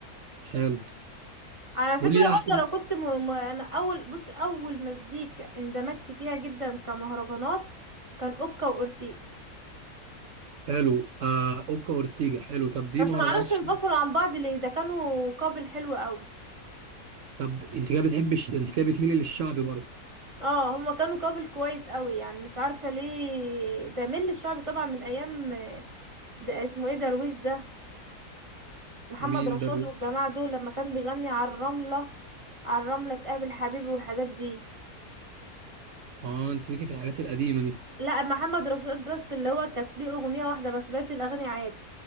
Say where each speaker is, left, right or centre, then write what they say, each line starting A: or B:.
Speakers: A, on the right; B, on the right.
A: حلو
B: على فكرة
A: قولي
B: برضه
A: لي احسن
B: انا كنت م... م... انا اول بص اول مزيكا اندمجت فيها جدا كمهرجانات كان اوكا واورتيجا
A: حلو آه اوكا اورتيجا حلو طب دي
B: بس
A: مهرجان
B: معرفش
A: الشعب
B: انفصلوا عن بعض ليه ده كانوا كابل حلو قوي
A: طب د- انت كده بتحبي الش- انت كده بتميلي للشعبي برضه
B: اه هما كانوا كابل كويس قوي يعني مش عارفة ليه بميل للشعب طبعا من ايام ده اسمه ايه درويش ده محمد
A: مين
B: رشاد
A: ده
B: والجماعة دول لما كان بيغني على الرملة على الرملة تقابل حبيبي والحاجات دي
A: اه انت ليكي في الحاجات القديمه دي
B: لا محمد رشاد بس اللي هو كانت ليه اغنية واحدة بس بقت الاغاني عادي